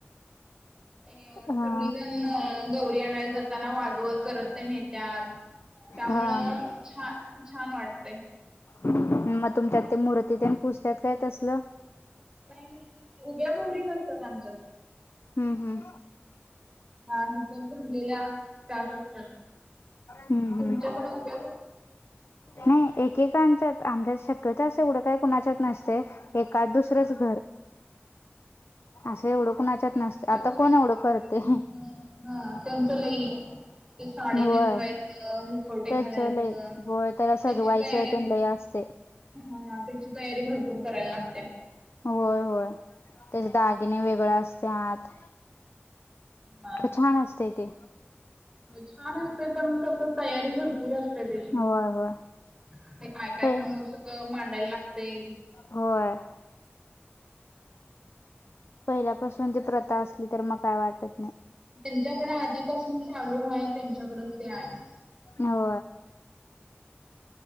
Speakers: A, on the right; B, on the left.
A: अ
B: हा
A: सगळीजण गौरी आणायला जाताना वादवद करत ते न त्या त्यामुळं
B: हा हा
A: छान छान वाटते
B: मग तुमच्यात ते मूर्तीत आणि पुसतात काय तसलं
A: नाही नाही उभ्या मोहरी नसतात आमच्या
B: हम्म हम्म
A: ह हथ भरलेल्या त्यात असत्या
B: हम्म
A: तुमच्याकडे
B: हम्म.
A: उभ्या
B: नाही एकेकांच्या आमच्यात शक्यता असं एवढं काय कुणाच्यात नसते एका
A: हा
B: दुसरंच घर असं एवढं कोणाच्यात
A: ते
B: नसते
A: उभ्या
B: आता
A: गौरी
B: कोण
A: असलं
B: एवढं
A: की
B: करते
A: त्यांचं हा त्यांचं लई ते साडी
B: होय
A: नेसवायचं मुखवटे
B: त्याच
A: घालायचं
B: लय होय त्याला
A: त्याची
B: सजवायचं
A: तयारी
B: तेन लय असतंय.
A: हा त्याची तयारी भरपूर करायला लागते
B: होय होय त्याचे दागिने वेगळ असते आत
A: हा
B: ख छान असतय ते
A: छान असते पण तस तयारी भरपूर असते ते
B: होय होय
A: काय काय
B: पै
A: समोर सग मांडायला लागतय
B: होय पहिल्यापासून ती प्रथा असली तर मग काय वाटत नाही
A: त्यांच्याकडे आधीपासून चालू आहे त्यांच्याकडेच ते आहे
B: हो